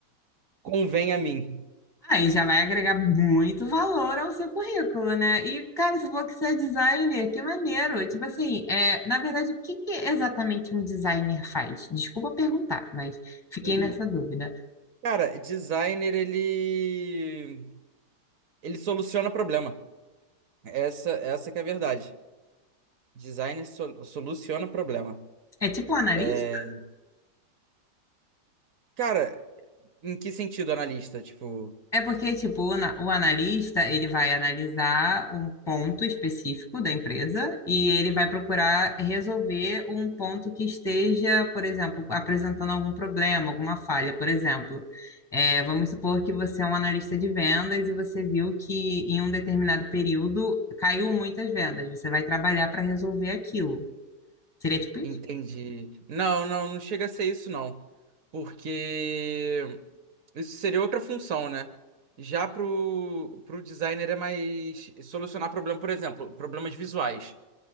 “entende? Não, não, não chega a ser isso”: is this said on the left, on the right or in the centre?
Right